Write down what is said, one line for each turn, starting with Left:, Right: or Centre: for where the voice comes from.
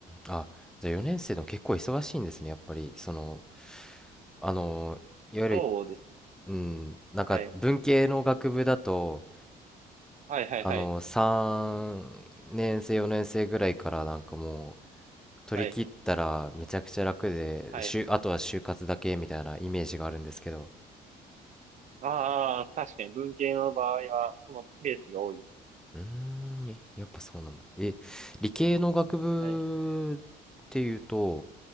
Centre: あ、じゃあ4年生でも結構忙しいんですね、やっぱり。その、あの、いわゆる、
Right: そうですね。
Centre: うん、なんか文系の学部だと、
Right: はい。はいはいはい。
Centre: あの、3年生、4年生ぐらいからなんかもう、取り切ったらめちゃくちゃ楽で、
Right: はい。はい。
Centre: 就あとは就活だけみたいなイメージがあるんですけど。
Right: ああ、確かに文系の場合は、そのケースが多いですね。
Centre: うーん、えやっぱそうなんだ。え、理系の学部っていうと、
Right: はい。